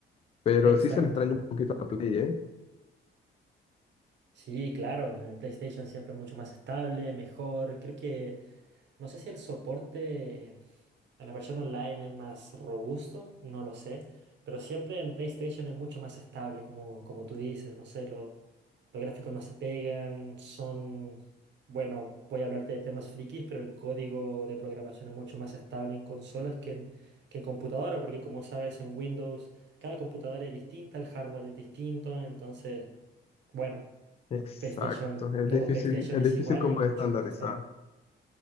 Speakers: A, on the left (about 30°); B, on the right (about 65°).
A: Pero
B: Exacto.
A: sí se le extraña un poquito a la Play, ¿eh?
B: Sí, claro, en PlayStation siempre mucho más estable, mejor. Creo que, no sé si el soporte a la versión online es más robusto, no lo sé, pero siempre en PlayStation es mucho más estable, como, como tú dices, no sé, lo- los gráficos no se pegan, son, bueno, voy a hablarte de temas frikis, pero el código de programación es mucho más estable en consolas que en, que en computadora, porque como sabes, en Windows cada computadora es distinta, el hardware es distinto, entonces, bueno.
A: Exacto.
B: PlayStation,
A: Es
B: todo
A: difícil,
B: PlayStation
A: es
B: es
A: difícil
B: igual
A: como
B: y es mucho
A: estandarizar.
B: más estable.